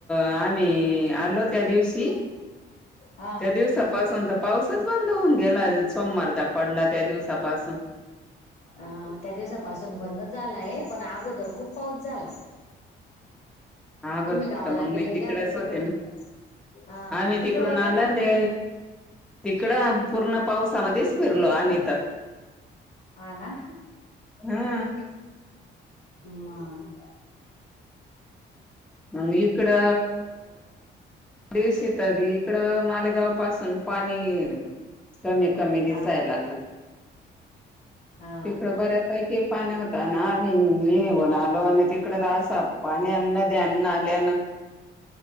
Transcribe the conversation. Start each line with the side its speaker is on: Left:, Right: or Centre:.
Centre: आम्ही आलो त्या दिवशी
Left: हा
Centre: त्या दिवसा पासून तर पाऊसच बंद होऊन गेला सोमवारचा पडला त्या दिवसापासून.
Left: हं,. मग त्या दिवसापासून बंदच झालाय, पण अगोदर खूप पाऊस झाला.
Centre: हा
Left: तुम्ही गावाला
Centre: <unintelligible>
Left: गेलेल्या
Centre: मी तिकडेच
Left: होत्या
Centre: होते
Left: तिकडं
Centre: ना.
Left: हा
Centre: आम्ही
Left: तिकडं
Centre: तिकडून
Left: होता
Centre: आलं
Left: का
Centre: आणि
Left: पा
Centre: ते तिकडं
Left: हम्
Centre: पूर्ण पावसामध्येच फिरलो आम्ही तर.
Left: हा ना?
Centre: हा.
Left: मग.
Centre: आणि इकडं दिवशी तरी इकडं मालेगाव पासून पाणी कमी कमी दिसाय
Left: हा
Centre: लागलं.
Left: हा
Centre: तिकडं बऱ्यापैकी पाणी होतं आणि आम्ही निघून आलो. नी तिकड तर असा पाणी अन्न द्यांना आल्यानं.